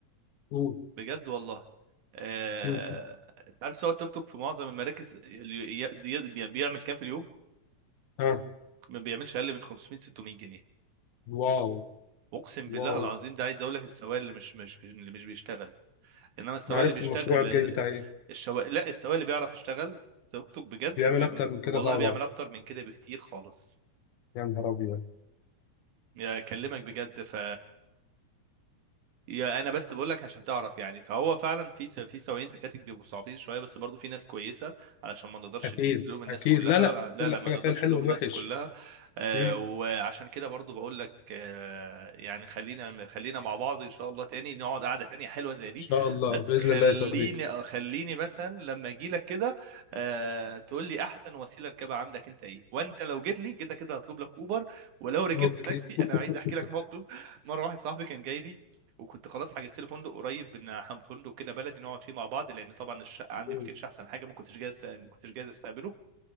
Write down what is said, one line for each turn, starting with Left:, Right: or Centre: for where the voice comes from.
Left: قول
Right: بجد والله آه...
Left: مم.
Right: انت عارف سواق التوك توك في معظم المراكز اللي ي- ي- بي- بيعمل كام في اليوم
Left: اه
Right: ما بيعملش اقل من 500 600 جنيه
Left: واو
Right: اقسم بالله
Left: واو
Right: العظيم ده عايز اقول لك السواق اللي مش مش بي- اللي مش بيشتغل انما السواق
Left: انا عرفت
Right: اللي بيشتغل
Left: المشروع الجاي بتاعي ايه
Right: الشوا... لا السواق اللي بيعرف يشتغل توك توك بجد
Left: بيعمل
Right: ب...
Left: اكتر من كده
Right: والله
Left: طبعا
Right: بيعمل اكتر من كده بكتير خالص
Left: يا نهار ابيض
Right: يا اكلمك بجد ف يا انا بس بقول لك عشان تعرف يعني فهو فعلا في س- في سواقين تكاتك بيبقوا صعبين شويه بس برضو في ناس كويسه علشان ما نقدرش
Left: أكيد
Right: نلوم الناس
Left: أكيد
Right: كلها
Left: لا لا
Right: لا
Left: كل
Right: لا
Left: حاجة
Right: ما نقدرش
Left: فيها الحلو
Right: نلوم
Left: والوحش
Right: الناس كلها آه
Left: مم. إن
Right: وعشان كده برضو بقول لك آه يعني خلينا خلينا مع بعض ان شاء الله تاني نقعد قعده تانية حلوه زي دي
Left: شاء الله
Right: بس
Left: بإذن
Right: خليني
Left: الله يا صديقي
Right: آه، خليني مثلا لما اجي لك كده آه تقول لي احسن وسيله ركبها عندك انت ايه وانت لو جيت لي كده كده هطلب لك اوبر ولو ركبت
Left: أوكي
Right: تاكسي انا
Left: <laughs>
Right: عايز احكي لك موقف مره واحد صاحبي كان جاي لي وكنت خلاص حجزت لي فندق قريب ان هم- فندق كده بلدي نقعد فيه مع بعض لان طبعا الشقه عندي
Left: مم.
Right: ما كانتش احسن حاجه ما كنتش جاهز ما كنتش جاهز استقبله